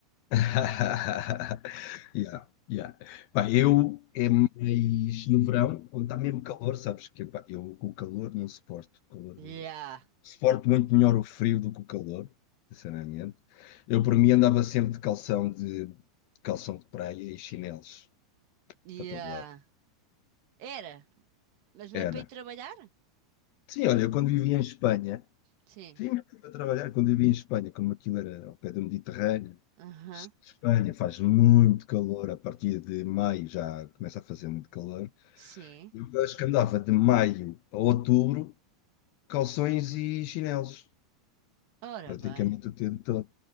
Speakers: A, on the left; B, on the right.
A: <laughs> Yeah, yeah. Pá, eu é mais no verão, quando está mesmo calor, sabes que pá, eu com o calor não suporto. O calor-
B: Yeah,
A: suporto muito melhor o frio do que o calor, sinceramente. Eu por mim andava sempre de calção de calção de praia e chinelos
B: yeah.
A: para todo lado.
B: Era, mas mesmo
A: Era.
B: para ir trabalhar?
A: Sim, olha, eu quando vivia em Espanha,
B: Sim.
A: sim, mas para trabalhar, quando vivia em Espanha, como aquilo era ao pé do Mediterrâneo,
B: Aham,
A: Espanha faz muito calor, a partir de maio já começa a fazer muito calor.
B: sim.
A: Eu acho que andava de maio a outubro, calções e chinelos,
B: Ora
A: praticamente
B: bem.
A: o tempo todo.